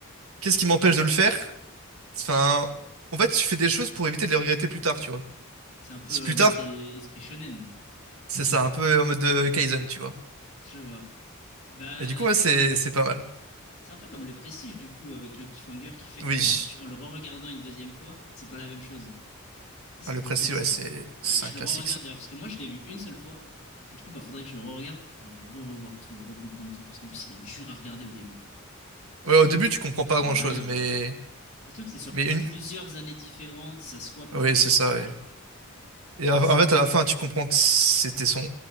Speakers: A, on the right; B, on the left.
A: qu'est-ce qui m'empêche de le faire? Enfin, en fait, tu fais des choses pour éviter de les regretter plus tard, tu vois.
B: C'est un peu
A: Si plus
B: euh, mental
A: tard,
B: esprit shonen.
A: c'est ça, un peu en mode de Kaizen, tu vois.
B: Je vois. Bah,
A: Et du coup, ouais, c'est,
B: alors,
A: c'est pas mal.
B: c'est un peu comme le prestige, du coup, avec le cliffhanger qui fait
A: Oui.
B: qu'en en le re-regardant une deuxième fois, c'est pas la même chose. Ça, c'est
A: Ah,
B: trop
A: le Prestige,
B: cool, ça.
A: ouais, c'est
B: Faudrait
A: c'est
B: que je
A: un
B: le
A: classique,
B: re-regarde
A: ça.
B: d'ailleurs, parce que moi, je l'ai vu une seule fois. Et du coup, bah, faudrait que je le re-regarde pour re-revoir tout, recomprendre tout. Parce qu'en plus, il est dur à regarder au début. Parce
A: Ouais,
B: que ça,
A: au début,
B: tu, tu
A: tu comprends
B: comprends
A: pas grand-chose,
B: rien.
A: mais...
B: Surtout que c'est sur
A: mais une...
B: plusieurs années différentes, ça swap entre
A: Oui,
B: les
A: c'est
B: années.
A: ça, ouais. Et
B: C'est
A: à-
B: assez.
A: en fait, à la fin, tu comprends que c'était son